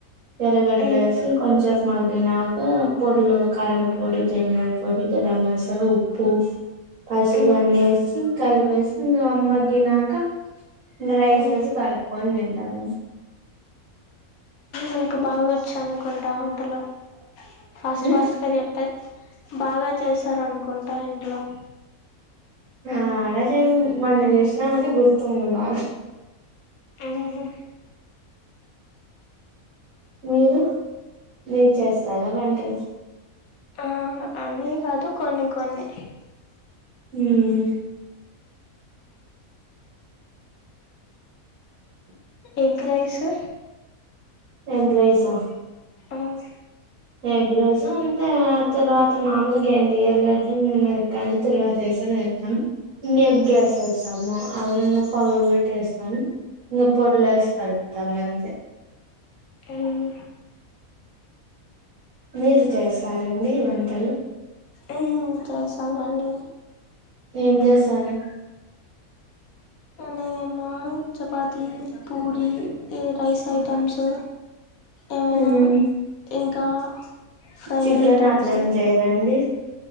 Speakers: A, on the right (about 65°); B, on the left (about 75°).
A: ఎర్రగడ్డలేసి
B: ఉమ్
A: కొంచెం మగ్గినాక పొడ్లు కారం పొడి, దనియాల పొడి, గరం మసాలా, ఉప్పు పూ పసుపు
B: ఉమ్ ఉమ్
A: అన్నేసి కలిపేసి మగ్గినాక ఇంగా రైస్
B: ఉమ్
A: ఏసి కలుపుకొని తింటాం మేం
B: మీకు బాగా వచ్చు అనుకుంటా వంటలు ఫాస్ట్
A: ఉమ్
B: ఫాస్ట్ గా చెప్ బాగా చేస్తారనుకుంటా ఇంట్లో
A: ఆడచేయం మొన్న చేసినామని గుర్తుంది బాగా
B: ఉహు
A: మీరు మీరు చేస్తారా వంటలు
B: ఆ అన్నీ కాదు కొన్ని కొన్ని
A: ఉమ్
B: ఎగ్ రైసు
A: ఎగ్ రైస్ ఆ
B: ఉమ్
A: ఎగ్ రైస్ అంతే తర్వాత మామూలుగా ఏంది ఎర్రగడ్లు, మిరపకాయలు తర్వాతేసి వేస్తాం ఇంగా ఎగ్ వేసేస్తాం అవి ఇంగా పగలగొట్టి వేస్తాం ఇంగా పొడులేసి కలుపుతాము అంతే
B: ఉమ్
A: మీరు చేస్తారండి వంటలు
B: ఉమ్ చేస్తామండి
A: ఏం చేశారు
B: నేమా చపాతి, పూరి ఈ రైస్ ఐటమ్స్ ఏమైనా
A: మ్మ్
B: ఇంకా ఫ్రైడ్
A: చికెన్
B: ఐటమ్స్
A: అట్లా ఏం చేయరండి